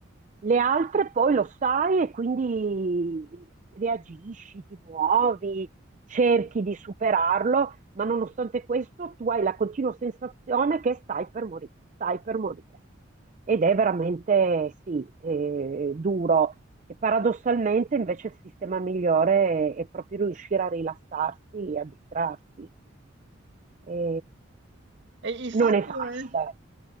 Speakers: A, on the right (about 40°); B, on the right (about 60°).
A: Le altre poi lo sai e quindi reagisci, ti muovi, cerchi di superarlo, ma nonostante questo tu hai la continua sensazione che stai per morire, stai per morire. Ed è veramente, sì, eh, duro. E paradossalmente invece il sistema migliore è, è proprio riuscire a rilassarsi e a distrarsi. E
B: E il fatto
A: non è facile.
B: è